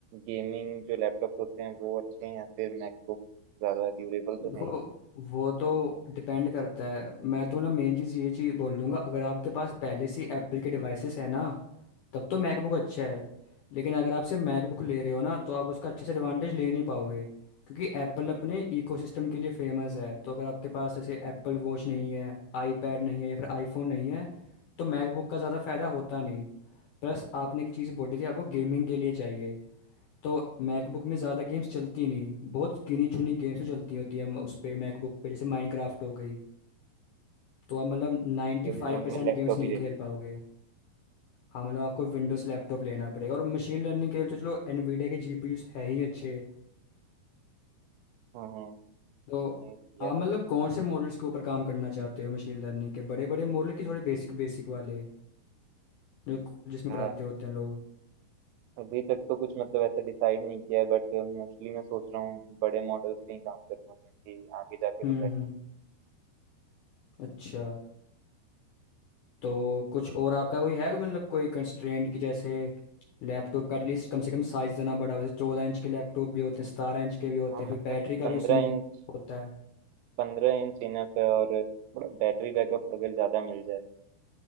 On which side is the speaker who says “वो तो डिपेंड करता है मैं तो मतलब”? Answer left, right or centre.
Left